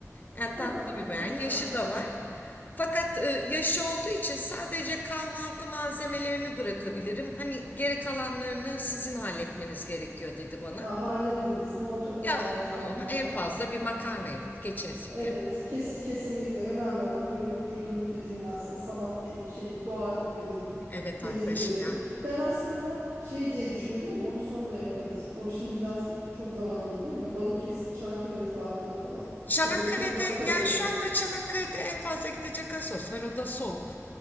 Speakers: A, on the left; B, on the right.
A: Yani
B: Ha,
A: tatlı bir bayan.
B: güzel.
A: Yaşı da var. Fakat e, yaşı olduğu için sadece kahvaltı malzemelerini bırakabilirim. Hani geri kalanlarını sizin halletmeniz gerekiyor dedi bana.
B: Ya hallederiz. Ne olacak kahvaltıdan
A: Ya ama
B: zaten?
A: en fazla bir makarna yapıp geçeriz şekerim.
B: Evet, kes, kesinlikle önemli olan böyle vücudumuz bir dinlensin. Sabah bir şey doğa görelim,
A: Evet
B: deniz
A: arkadaşım
B: görelim.
A: ya.
B: Ben aslında şey diye düşünüyordum ama onu sonra yaparız. O şimdi biraz çok zaman alır değil mi? Balıkesir, Çanakkale tarafları falan.
A: Çanakkale'de
B: Tabii orası uzak kalıyor.
A: yani şu anda Çanakkale'de en fazla gidecek Assos var o da soğuk.